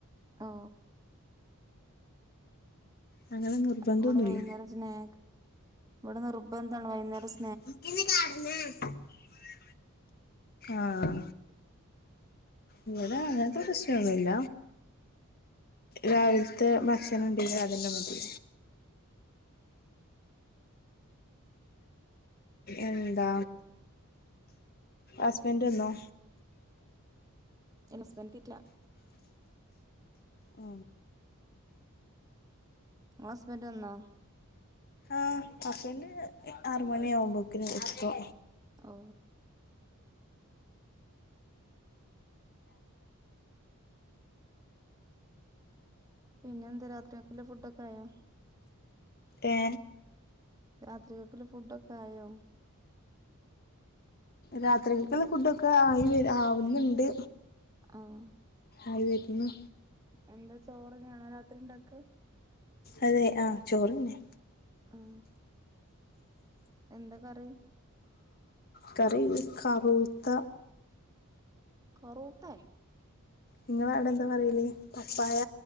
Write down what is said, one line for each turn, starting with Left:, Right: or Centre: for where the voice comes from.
Right: ഓ
Left: അങ്ങനെ നിർബന്ധമൊന്നുമില്ല
Right: ഇവിടെ വൈകുന്നേരം സ്നാക്ക് ഇവിടെ നിർബന്ധാണ് വൈകുന്നേരം സ്
Left: <inaudible> ആഹ് ഇവിടെ അങ്ങനത്തെ പ്രശ്നൊന്നുല്ല രാവിലത്തെ ഭക്ഷണം ഉണ്ട് അത് അതന്നെ മതി എന്താ ഹസ്ബൻഡ് വന്നോ?
Right: ഹസ്ബന്റെത്തിട്ടില്ല
Left: ഓ
Right: നിങ്ങടെ ഹസ്ബന്റ് വന്നോ?
Left: ആഹ് ഹസ്ബന്റ് ആറുമണി ആകുമ്പോക്കിന് എത്തും
Right: ഓ പിന്നെ എന്താ രാത്രിക്കല്ല ഫുഡ്ക്കെ ആയോ
Left: ഏ
Right: രാത്രിക ക്ക്ള്ള ഫുഡക്കെ ആയോ?
Left: രാത്രികൾക്കുള്ള ഫുഡൊക്കെ ആയി വ ആവുന്ന്ണ്ട്
Right: ആഹ്
Left: ആയിവരുന്നു
Right: എന്താ ചോറ്ന്നെയാണോ രാത്രി ഇണ്ടാക്ക?
Left: അതെ ആഹ് ചോറെന്നെ
Right: ആഹ് എന്താ കറി?
Left: കറി കറൂത്ത
Right: കറൂത്തെ?
Left: നിങ്ങളെ അവടെ എന്താ പറ്യല് പപ്പായ